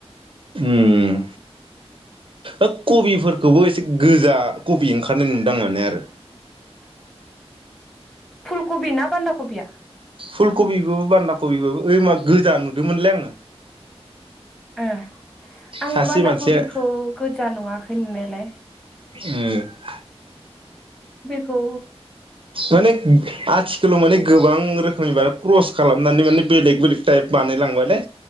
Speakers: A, on the right; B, in the centre.
A: ओम ओ कबिफोरखौबो एसे गोजा कबि ओंखारनाय नुदों मोनो आरो
B: फुल कबि ना बान्दा कबिया?
A: फुल कबिबो बान्दा कबिबाबो ओइ मा गोजा नुदोंमोनलै आङो।
B: ओ आङो
A: सासे
B: बान्दा
A: मानसिया
B: कबिखौ
A: ओ
B: गोजा नुवाखै नुनायालाय।
A: ओ
B: खौ
A: माने आथिखालाव माने गोबां रोखोमनि बा क्रस खालामनानै माने बेलेग बेलेग टाइप बानायलांबाय लै